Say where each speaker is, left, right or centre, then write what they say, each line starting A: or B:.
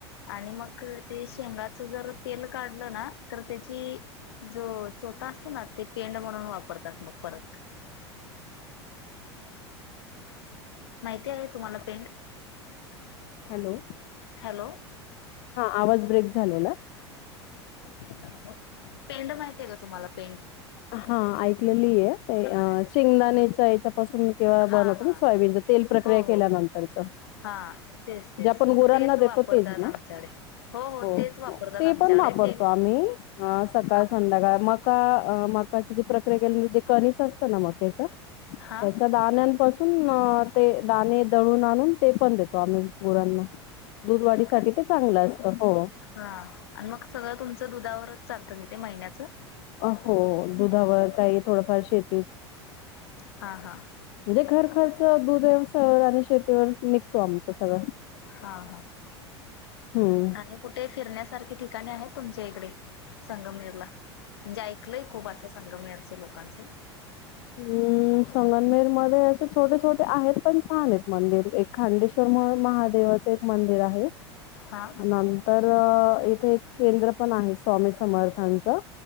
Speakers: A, on the left (about 60°); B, on the left (about 45°).
A: आणि मग ते शेंगाच जर तेल काढलं ना, तर त्याची जो चोता असतो ना, ते पेंढ म्हणून वापरतात मग परत. माहिती आहे तुम्हाला पेंढ?
B: हॅलो.
A: हॅलो.
B: हा, आवाज ब्रेक झालेला.
A: पेंढ माहिती आहे का तुम्हाला, पेंढ?
B: हा, ऐकलेली आहे
A: देत
B: शेंगदाणेच्या याच्यापासून किंवा
A: हा
B: बनत
A: हा
B: सोयाबीन तेल प्रक्रिया
A: हो हो
B: केल्यानंतरच.
A: हो हा तेच तेच
B: जे आपण
A: मग
B: गुरांना
A: तेच
B: देतो.
A: वापरतात
B: ते ना?
A: आमच्याकडे
B: हो
A: तेच वापरतात
B: हो. ते
A: आमच्याकडे
B: पण वापरतो
A: ते
B: आम्ही अ सकाळ,
A: हा
B: संध्याकाळ मग का अ मकाची जे प्रक्रिया केल्यानंतर जे कणीस असतं ना मक्याच त्याच्या
A: हा
B: दाण्यांपासून ते दाणे दळून आणून ते पण देतो आम्ही गुरांना. दूध वाढीसाठी
A: का
B: ते चांगलं असतं, हो.
A: हा आणि मग सगळं तुमचं दुधावरच चालतं त तेे महिन्याचं?
B: अ हो, दुधावर काही थोडंफार शेती
A: हां हां.
B: म्हणजे घर खर्च दुध व्यवसायावर आणि शेतीवर निघतो आमचं सगळं.
A: हा हा,
B: हम्म.
A: आणि कुठे फिरण्यासारखी ठिकाणे आहेत तुमच्या इकडे? संगमनेर ला, म्हणजे ऐकलंय खूप असं संगमनेरच लोकांचं.
B: हम्. संगनमेर मध्ये असे छोटे-छोटे आहेत पण छान आहेत मंदिर, एक खांडेश्वर म्हणून महादेवाचे मंदिर आहे.
A: हा.
B: नंतर इथे एक केंद्र पण आहे स्वामी समर्थांचं,